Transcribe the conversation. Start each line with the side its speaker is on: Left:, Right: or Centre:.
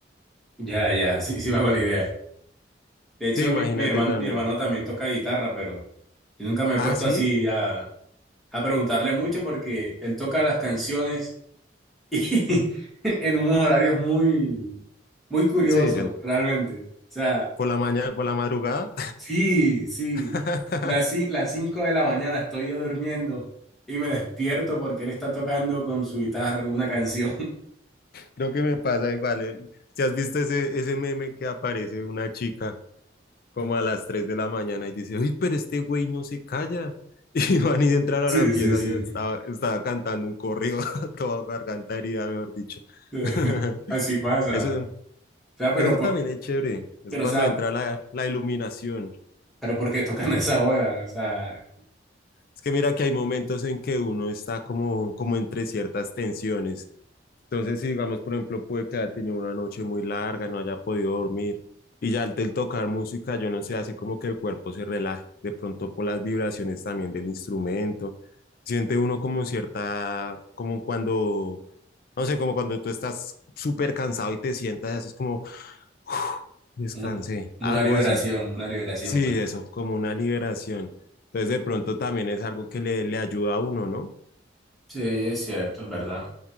Centre: Ya, ya, sí, sí me hago la idea. De hecho,
Left: Sí, imagínate
Centre: mi, mi hermano,
Left: también.
Centre: mi hermano también toca guitarra, pero Yo nunca me he
Left: Ah,
Centre: puesto
Left: sí,
Centre: así a, a preguntarle mucho porque él toca las canciones y <laughs> en, en unos horarios muy, muy curiosos,
Left: sí, yo
Centre: realmente. O sea,
Left: por la mañana, por la madrugada.
Centre: sí, sí,
Left: <laughs>
Centre: las, ci- las 5 de la mañana estoy yo durmiendo y me despierto porque él está tocando con su guitarra alguna canción. <laughs>
Left: Creo que me pasa igual. el- Si has visto ese, ese meme que aparece una chica como a las 3 de la mañana y dice, uy, pero este güey no se calla. <laughs> Y van y entrar a
Centre: Sí,
Left: la pieza
Centre: sí, sí.
Left: y él estaba, estaba cantando un corrido <laughs> toda garganta herida, mejor dicho.
Centre: Sí,
Left: <laughs>
Centre: <laughs> Así pasa,
Left: Eso,
Centre: ¿no? O sea, pero,
Left: eso
Centre: por,
Left: también es chévere. Es
Centre: pero,
Left: cuando
Centre: o sea,
Left: entra la, la iluminación.
Centre: pero ¿por qué tocan a esa hora? O sea,
Left: Es que mira que hay momentos en que uno está como, como entre ciertas tensiones Entonces, si digamos, por ejemplo, puede que haya tenido una noche muy larga, no haya podido dormir, y ya al del tocar música, yo no sé, hace como que el cuerpo se relaje, de pronto por las vibraciones también del instrumento, siente uno como cierta, como cuando, no sé, como cuando tú estás súper cansado y te sientas, y haces como, <sighs> descansé,
Centre: un- una
Left: algo
Centre: liberación,
Left: así.
Centre: una liberación,
Left: Sí,
Centre: pues.
Left: eso, como una liberación. Entonces, de pronto también es algo que le, le ayuda a uno, ¿no?
Centre: Sí, es cierto, es verdad.